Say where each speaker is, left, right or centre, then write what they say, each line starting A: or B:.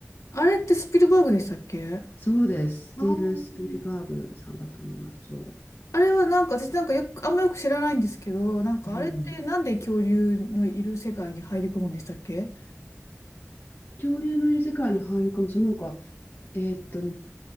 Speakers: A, on the left (about 80°); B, on the left (about 45°).
A: あれってスピルバーグでしたっけあ
B: そうです。スティーブン・
A: ー
B: スピルバーグさんだと思います。そ
A: あれはなんか私なんかよく、あんまよく知らないんですけど、なんかあれってなんで恐竜のいる世界に入り込むんでしたっけ
B: う。うん。恐竜のいる世界に入るかも。そう、なんか、えーっと、